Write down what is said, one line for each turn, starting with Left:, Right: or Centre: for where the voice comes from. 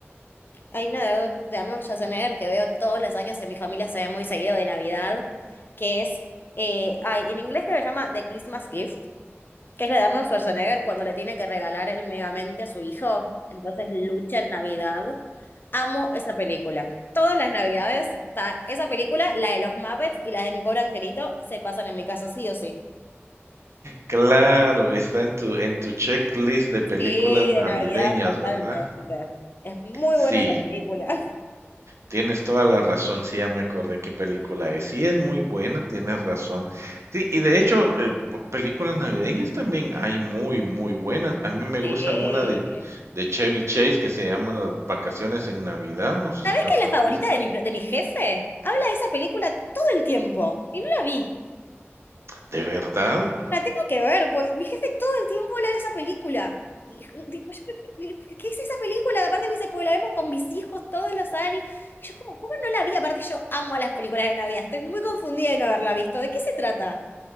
Left: Hay una de Ardo- de Arnold Schwarzenegger que veo todos los años en mi familia, se ve muy seguido de Navidad, que es, eh, ay, en inglés que se llama The Christmas Gift, que es la de Arnold Schwarzenegger cuando le tiene que regalar el Megamente a su hijo, entonces lucha en Navidad. Amo esa película. Todas las Navidades, está esa película, la de los Muppets y la de Mi Pobre Angelito, se pasan en mi casa sí o sí.
Right: Claro, está en tu, en tu checklist de películas
Left: Sí,
Right: navideñas,
Left: de Navidad totalmente.
Right: ¿verdad?
Left: Es muy
Right: Sí,
Left: buena esa película. <laughs>
Right: tienes toda la razón, sí, ya me acordé qué película es. Sí, es muy buena, tienes razón. Sí, y de hecho, eh, bu- películas navideñas también hay muy, muy buenas. A mí me
Left: Sí.
Right: gusta una de, de Chevy Chase que se llama Las Vacaciones en Navidad, no sé
Left: ¿Sabés
Right: si las
Left: que es la
Right: has
Left: favorita
Right: visto.
Left: de mi, de mi jefe? Habla de esa película todo el tiempo y no la vi.
Right: ¿De verdad?
Left: La tengo que ver, pues mi jefe todo el tiempo habla de esa película. Y, tipo, yo me- ¿qué es esa película? Aparte me dice, pues la vemos con mis hijos todos los años. Y yo como, ¿cómo no la vi? Aparte yo amo las películas de Navidad. Estoy muy confundida de no haberla visto. ¿De qué se trata?